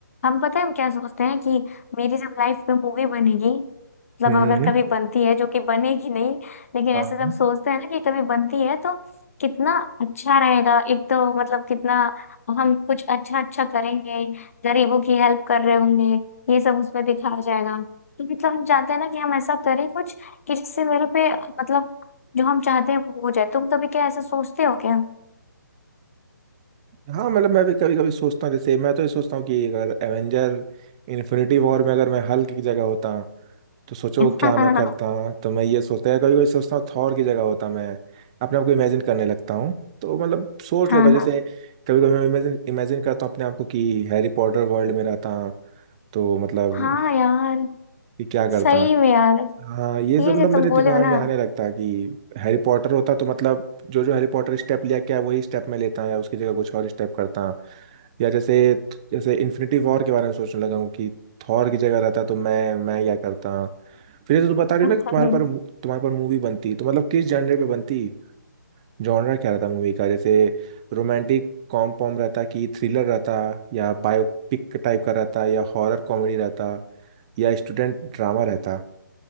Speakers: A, on the left; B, on the right.
A: हम पता है हम क्या सोचते हैं कि मेरी जब लाइफ में मूवी बनेगी मतलब
B: हम्म
A: अगर
B: हम्म, हम्म।
A: कभी बनती है जो कि बनेगी नहीं लेकिन
B: हाँ
A: ऐसे जब सोचते हैं ना कि कभी बनती है तो कितना अच्छा रहेगा एक तो मतलब कितना हम कुछ अच्छा अच्छा करेंगे गरीबों की हेल्प कर रहे होंगे ये सब उसमें दिखाया जाएगा तो मतलब हम चाहते हैं ना कि हम ऐसा करें कुछ कि जिससे मेरे पे मतलब जो हम चाहते हैं वो हो जाए तुम कभी क्या ऐसा सोचते हो क्या
B: हाँ मतलब मैं भी कभी कभी सोचता हूँ जैसे मैं तो ये सोचता हूँ कि अगर एवेंजर इन्फिनिटी वॉर में अगर मैं हल्क की जगह होता तो सोचो
A: <laughs>
B: क्या
A: हाँ
B: मैं करता तो मैं ये सोचता है कभी कभी सोचता हूँ थॉर की जगह होता मैं अपने आप को इमेजिन करने लगता हूँ तो मतलब सोच
A: हाँ
B: लेता हूँ जैसे कभी कभी मैं इमेजिन इमेजिन करता हूँ अपने आप को कि हैरी पॉटर वर्ल्ड में रहता तो मतलब
A: हाँ यार
B: कि क्या करता
A: सही में यार
B: हाँ ये
A: ये
B: सब मतलब
A: जो
B: मेरे
A: तुम बोले
B: दिमाग
A: हो ना
B: में आने लगता है कि हैरी पॉटर होता तो मतलब जो जो हैरी पॉटर स्टेप लिया क्या वही स्टेप मैं लेता या उसकी जगह कुछ और स्टेप करता या जैसे जैसे इन्फिनिटी वॉर के बारे में सोचने लगा हूँ कि थॉर की जगह रहता तो मैं मैं क्या करता फिर जैसे तुम बता रहे
A: <laughs>
B: हो ना कि तुम्हारे
A: नहीं,
B: पर तुम्हारे पर मूवी बनती तो मतलब किस जॉनर पे बनती जॉनर क्या रहता मूवी का जैसे रोमांटिक कॉम पॉम रहता कि थ्रिलर रहता या बायोपिक टाइप का रहता या हॉरर कॉमेडी रहता या स्टूडेंट ड्रामा रहता